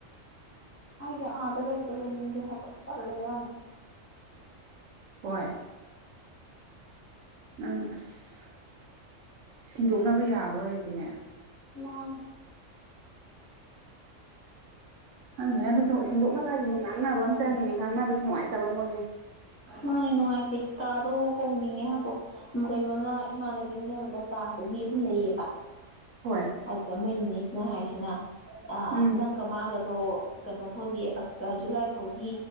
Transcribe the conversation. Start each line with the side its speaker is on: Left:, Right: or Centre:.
Left: ꯍꯥꯏꯗꯤ ꯑꯗꯂꯕꯨꯗꯂ ꯏꯅꯤꯗꯦꯍ ꯇꯂꯔꯅ
Right: ꯍꯣꯏ ꯅꯪ ꯑꯁ ꯁꯤꯦꯡꯗꯣꯛꯅꯕ ꯌꯥꯕ ꯑꯣꯏꯔꯗꯤꯅꯦ
Left: ꯃꯥꯥꯡ
Right: ꯍꯪꯉꯦꯅꯦ ꯑꯗꯨꯁꯨ ꯁꯦꯡꯗꯣꯛꯅꯕ ꯍꯥꯏꯁꯤꯁꯨ ꯉꯥꯡꯅꯕ ꯑꯃ ꯆꯪꯉꯤꯅꯦ ꯉꯥꯡꯅꯕꯁꯤ ꯅꯨꯡꯉꯥꯏꯇꯕ ꯃꯣꯏꯁꯦ
Left: ꯃꯥꯅꯦ ꯅꯨꯡꯉꯥꯏꯇꯦ ꯀꯥꯗꯣ ꯍꯣꯡꯅꯤꯡꯉꯦ ꯍꯥꯏꯕꯣ ꯀꯩꯅꯣꯅ ꯏꯃꯥꯟꯅꯕꯤ ꯑꯃꯅꯦꯕꯗ ꯀꯥꯗꯨ ꯃꯤ ꯑꯍꯨꯝ ꯂꯩꯌꯦꯕ
Right: ꯍꯣꯏ
Left: ꯑꯗꯨꯗ ꯃꯣꯏ ꯅꯤꯅꯤꯁꯤꯅ ꯍꯥꯏꯁꯤꯅ ꯑ
Right: ꯎꯝ
Left: ꯅꯪꯒ ꯃꯥꯒ ꯑꯗꯣ ꯀꯩꯅꯣ ꯐꯥꯎꯗꯤ ꯖꯨꯂꯥꯏ ꯐꯥꯎꯗꯤ